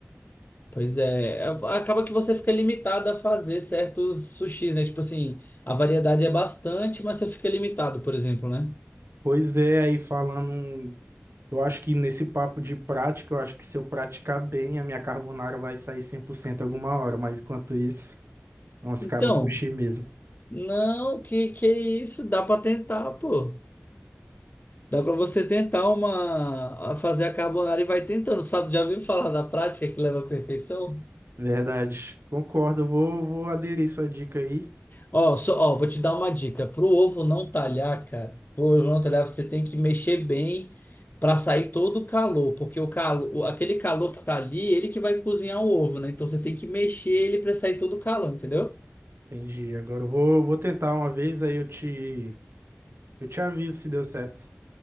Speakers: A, on the left; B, on the right.
A: pois é, É, acaba que você fica limitado a fazer certos sushis, né? Tipo assim, a variedade é bastante, mas você fica limitado, por exemplo, né?
B: Pois é, aí falando. um, Eu acho que nesse papo de prática, eu acho que se eu praticar bem, a minha carbonara vai sair 100% alguma hora, mas enquanto isso, vamos
A: Então,
B: ficar no sushi mesmo.
A: não, que que isso? Dá pra tentar, pô. Dá pra você tentar uma a fazer a carbonara e vai tentando, sabe? Já ouviu falar da prática que leva à perfeição?
B: Verdade. Concordo, eu vou, vou aderir sua dica aí.
A: Ó, só, ó, vou te dar uma dica. Pro ovo não talhar, cara, pro ovo não talhar, você tem que mexer bem para sair todo o calor, porque o calor, aquele calor que tá ali, ele que vai cozinhar o ovo, né? Então você tem que mexer ele para sair todo o calor, entendeu?
B: Entendi. Agora eu vou, vou tentar uma vez, aí eu te, eu te aviso se deu certo.